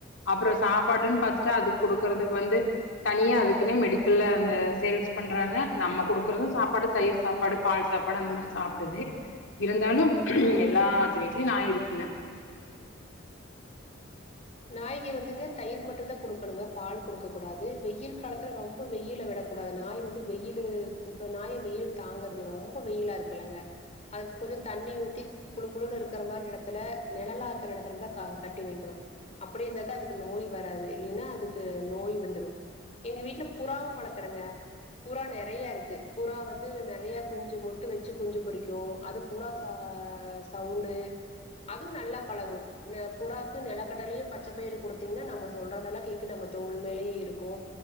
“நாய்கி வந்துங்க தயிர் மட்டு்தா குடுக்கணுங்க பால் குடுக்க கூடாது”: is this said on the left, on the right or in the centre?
Left